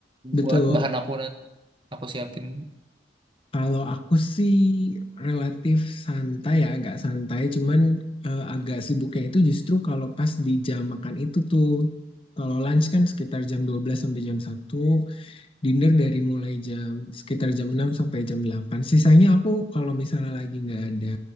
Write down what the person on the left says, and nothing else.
betul.
Kalau aku sih relatif santai ya, agak santai. Cuman eh, agak sibuknya itu justru kalau pas di jam makan itu tuh. Kalau lunch kan sekitar jam 12 sampai jam satu, dinner dari mulai jam sekitar jam 6 sampai jam delapan, Sisanya aku kalau misalnya lagi nggak ada